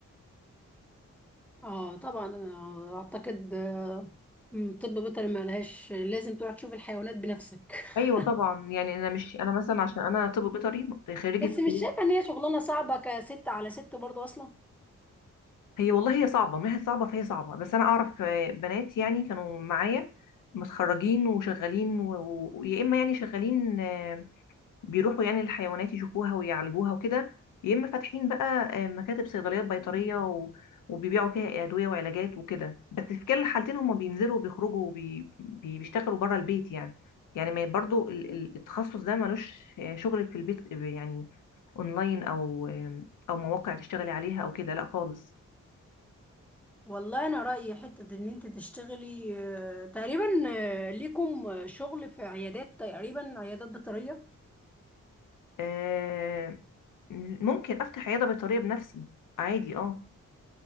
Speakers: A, in the centre; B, on the left (about 75°).
A: اه طبعا انا اعتقد آه، م، طب بيطري ما لهاش لازم تروح تشوف الحيوانات بنفسك <laughs>
B: ايوه طبعا يعني انا مش انا مثلا عشان انا طب بيطري خريجه
A: بس مش
B: طب.
A: شايفه ان هي شغلانه صعبه كست على ست برضه اصلا
B: هي والله هي صعبه ما هي صعبه فهي صعبه بس انا اعرف آه، بنات يعني كانوا معايا متخرجين وشغالين ويا و... و- يا اما يعني شغالين بيروحوا يعني الحيوانات يشوفوها ويعالجوها وكده يا اما فاتحين بقى آه، مكاتب صيدليات بيطريه و... وبيبيعوا فيها ادويه وعلاجات وكده بس في كل الحالتين هم بينزلوا وبيخرجوا وبيشتغلوا بره البيت يعني يعني ما برضو ال- ال- التخصص ده ملوش آه، شغل في البيت آه، يعني اونلاين او آه، او مواقع تشتغلي عليها او كده لا خالص
A: والله انا رايي حته ان انت تشتغلي آه، تقريبا آه، ليكم شغل في عيادات تقريبا عيادات بيطريه
B: آه، ممكن افتح عياده بيطريه بنفسي عادي اه